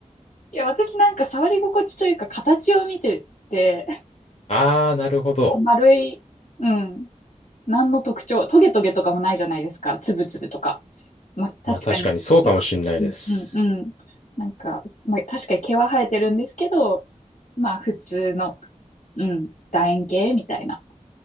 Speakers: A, on the left; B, on the left.
A: いや、私なんか触り心地というか形を見てて、
B: あー、なるほど。
A: 丸い、うん、何の特徴、トゲトゲとかもないじゃないですか。つぶつぶとか。まあ、確かに、
B: まあ確かにそうかもしんないです。
A: 毛はうんうんうん。なんか、まあ、確かに毛は生えてるんですけど、まあ、普通の、うん、楕円形みたいな。